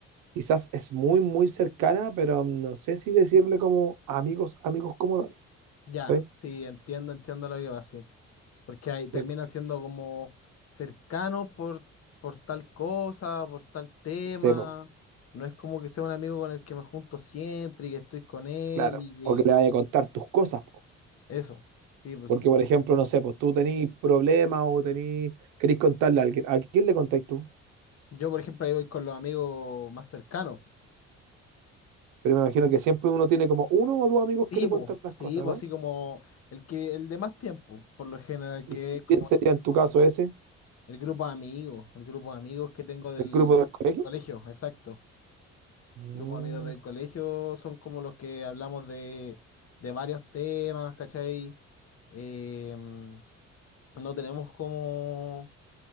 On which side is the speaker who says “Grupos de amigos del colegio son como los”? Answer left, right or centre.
Left